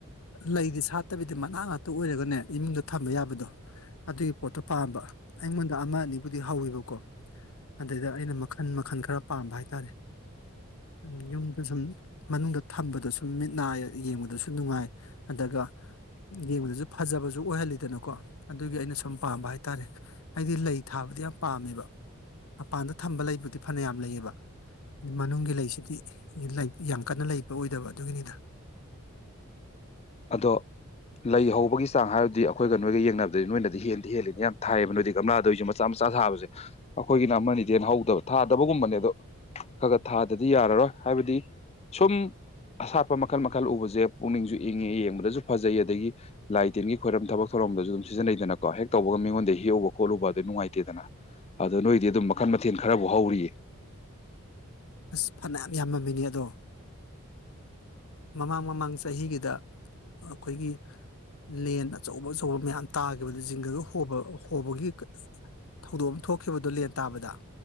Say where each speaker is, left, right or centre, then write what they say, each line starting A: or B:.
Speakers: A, on the left; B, on the left.
A: ꯂꯩꯗꯤ ꯁꯥꯠꯇꯕꯤꯗꯤ ꯃꯅꯥꯛ ꯉꯥꯛꯇ ꯑꯣꯏꯔꯒꯅꯦ ꯏꯃꯨꯡꯗ ꯊꯝꯕ ꯌꯥꯕꯗꯣ ꯑꯗꯨꯒꯤ ꯄꯣꯠꯇꯣ ꯄꯥꯝꯃꯦ ꯑꯩꯉꯣꯟꯗ ꯑꯃ ꯑꯅꯤꯕꯨꯗꯤ ꯍꯧꯋꯦꯕꯀꯣ ꯑꯗꯩꯗ ꯑꯩꯅ ꯃꯈꯟ ꯃꯈꯟ ꯈꯔ ꯄꯥꯝꯕ ꯍꯥꯏꯇꯥꯔꯦ ꯌꯨꯝꯗ ꯁꯨꯝ ꯃꯅꯨꯡꯗ ꯊꯝꯕꯗꯏ ꯁꯨꯝ ꯃꯤꯠ ꯅꯥ ꯌꯦꯡꯕꯗꯁꯨ ꯅꯨꯡꯉꯥꯏ ꯑꯗꯨꯒ ꯌꯦꯡꯕꯗꯁꯨ ꯐꯖꯕꯁꯨ ꯑꯣꯏꯍꯜꯂꯤꯗꯅꯀꯣ ꯑꯗꯨꯒꯤ ꯑꯩꯅ ꯁꯨꯝ ꯄꯥꯝꯕ ꯍꯥꯏꯇꯥꯔꯦ ꯑꯩꯗꯤ ꯂꯩ ꯊꯥꯕ ꯗꯌꯥꯝ ꯄꯥꯝꯃꯦꯕ ꯃꯄꯥꯟꯗ ꯊꯝꯕ ꯂꯩꯕꯨꯗꯤ ꯐꯅ ꯌꯥꯝ ꯂꯩꯌꯦꯕ ꯑ ꯃꯅꯨꯡꯒꯤ ꯂꯩ ꯁꯤꯗꯤ ꯏ ꯂꯩ ꯌꯥꯝ ꯀꯟꯅ ꯂꯩꯕ ꯑꯣꯏꯗꯕ ꯑꯗꯨꯒꯤꯅꯤꯗ
B: ꯑꯗꯣ ꯂꯩ ꯍꯧꯕꯒꯤ ꯆꯥꯡ ꯍꯥꯏꯔꯗꯤ ꯑꯩꯈꯣꯏꯒ ꯅꯣꯏꯒ ꯌꯦꯡꯅꯕꯗꯗꯤ ꯅꯣꯏꯅꯗꯤ ꯍꯦꯟꯗꯤ ꯍꯦꯜꯂꯤꯅꯤ ꯌꯥꯝ ꯊꯥꯏꯌꯦꯕ ꯅꯣꯏꯅꯗꯤꯒꯝꯂꯥꯗꯑꯣꯏꯁꯨ ꯃꯆꯥ ꯃꯆꯥ ꯃꯆꯥ ꯁꯥꯕꯁꯦ ꯑꯩꯈꯣꯏꯒꯤꯅ ꯑꯃꯅꯤꯗꯤ ꯍꯦꯟꯅ ꯍꯧꯗꯕ ꯊꯥꯗꯕꯒꯨꯝꯕꯅꯦ ꯑꯗꯣ ꯈ ꯈ ꯊꯥꯗꯗꯤ ꯌꯥꯔꯔꯣꯏ ꯍꯥꯏꯕꯗꯤ ꯁꯨꯝ ꯑꯁꯥꯠꯄ ꯃꯈꯜ ꯃꯈꯜ ꯎꯕꯁꯦ ꯄꯨꯛꯅꯤꯡꯁꯨ ꯏꯪꯉꯦꯏ ꯌꯦꯡꯕꯗꯁꯨ ꯐꯖꯩꯏ ꯑꯗꯒꯤ ꯂꯥꯏ ꯇꯤꯟꯒꯤ ꯈꯣꯏꯔꯝ ꯊꯕꯛ ꯊꯧꯔꯝꯗꯁꯨ ꯑꯗꯨꯝ ꯁꯤꯖꯤꯟꯅꯩꯗꯅꯀꯣ ꯍꯦꯛ ꯇꯧꯕꯒ ꯃꯤꯉꯣꯟꯗꯒꯤ ꯍꯦꯛꯎꯕ ꯈꯣꯠꯂꯨꯕ ꯇꯧꯕ ꯑꯗꯨ ꯅꯨꯡꯉꯥꯏꯇꯦꯗꯅ ꯑꯗꯣ ꯅꯣꯏꯗꯤ ꯑꯗꯨꯝ ꯃꯈꯟ ꯃꯊꯦꯜ ꯈꯔꯕꯨ ꯍꯧꯔꯤꯌꯦ
A: ꯑꯁ ꯐꯅꯌꯥꯝ ꯌꯥꯝꯃꯝꯃꯤꯅꯦ ꯑꯗꯣ ꯃꯃꯥꯡ ꯃꯃꯥꯡ ꯆꯍꯤꯒꯤꯗ ꯑꯩꯈꯣꯏꯒꯤ ꯂꯦꯟ ꯑꯆꯧꯕ ꯑꯆꯧꯕ ꯃꯌꯥꯝ ꯇꯥꯈꯤꯕꯗꯨ ꯖꯤꯡꯒꯒ ꯍꯣꯕ ꯍꯣꯕꯒꯤ ꯀ ꯊꯧꯗꯣꯛ ꯑꯃ ꯊꯣꯛꯈꯤꯕꯗꯣ ꯂꯦꯟ ꯇꯥꯕꯗ